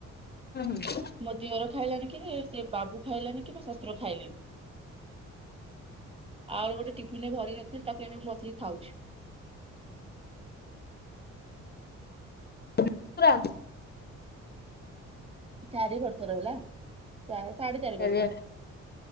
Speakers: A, on the left; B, on the right.
A: ହୁଁ ହୁଁ
B: ମୋ ଦିଅର ଖାଇଲାଣି କି ସେ ବା ଆବୁ ଖାଇଲାନି କିମ୍ବା ଶଶୁର ଖାଇଲେନି ଆ ଗୋଟେ ଟିଫିନରେ ଭରି ନଥିଲ ତାକୁ ବସେଇ ଖାଉଛି।
A: <inaudible>
B: ଚାରି ବର୍ଷ ର ହେଲା। ଚା- ସାଢେ ଚାରି ବର୍ଷ
A: ଆରେ